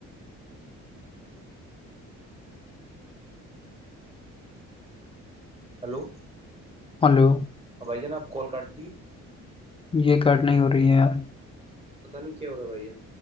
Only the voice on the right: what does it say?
ہلو
بھائی جانا آپ کال کر دی
پتا نہیں کیا ہو رہا ہے بھائی جان